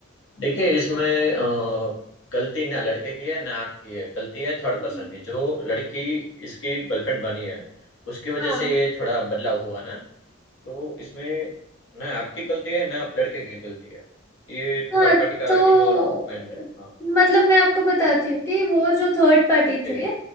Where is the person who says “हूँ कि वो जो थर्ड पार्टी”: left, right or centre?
Left